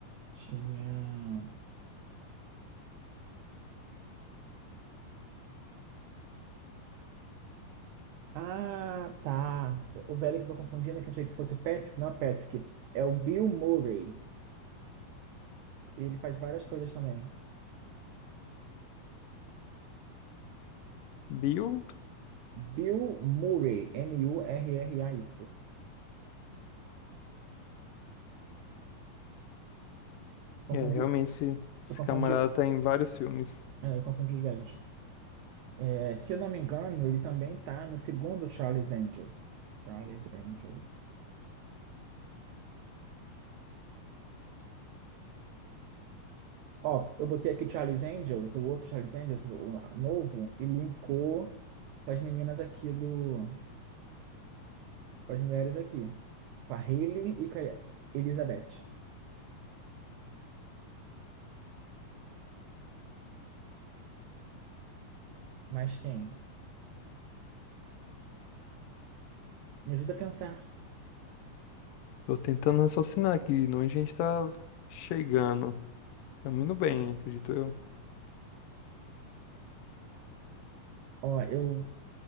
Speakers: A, on the right (about 75°); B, on the left (about 80°).
A: Tinha. Ah, tá. O velho que eu tô confundindo, que eu achei que fosse Patrick, não é Patrick. É o Bill Murray. Ele faz várias coisas também.
B: Bill.
A: Bill Murray, M-U-R-R-A-Y. Confundiu.
B: É, realmente esse, esse
A: Eu confundi.
B: camarada tá em vários filmes.
A: é, eu confundi os velhos. É, se eu não me engano, ele também tá no segundo Charlie's Angels. Charlie's Angels. Ó, eu botei aqui Charlie's Angels, o outro Charlie's Angels, o novo, e linkou com as meninas aqui do. Com as mulheres aqui. Com a Hailey e com a Elizabeth. Mas quem? Me ajuda a pensar.
B: Tô tentando raciocinar aqui, não a gente tá chegando. Tá muito bem, acredito eu.
A: Ó, eu